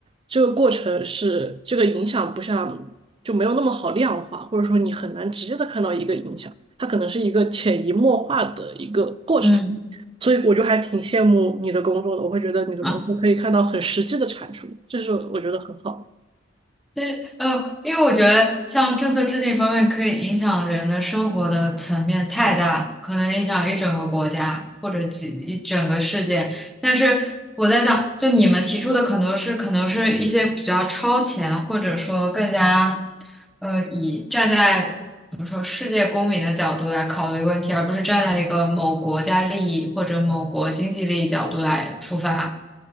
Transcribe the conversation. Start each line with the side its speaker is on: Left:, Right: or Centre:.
Right: 这个过程是这个影响不像就没有那么好量化，或者说你很难直接的看到一个影响，它可能是一个潜移默化的一个过程。
Centre: 嗯。
Right: 所以我就还挺羡慕你的工作的，我会觉得你的工作可以看到很实际的产出，
Centre: 啊。
Right: 这是我觉得很好
Centre: 对，呃，因为我觉得像政策制定方面，可以影响人的生活的层面太大了，可能影响一整个国家或者几一整个世界。但是我在想，就你们提出的可能是，可能是一些比较超前，或者说更加，呃，以站在我们说世界公民的角度来考虑问题，而不是站在一个某国家利益或者某国经济利益角度来出发。